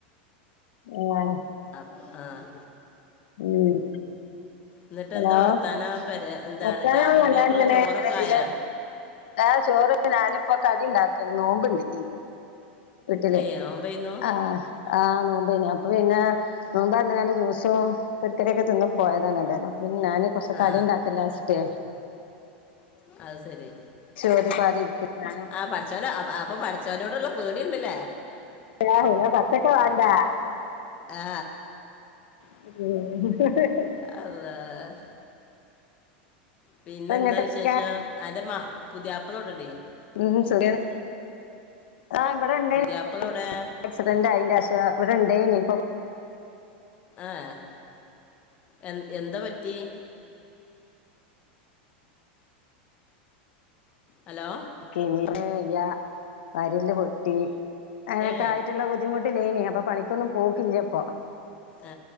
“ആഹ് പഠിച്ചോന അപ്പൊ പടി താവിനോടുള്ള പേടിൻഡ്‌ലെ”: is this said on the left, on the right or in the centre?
Left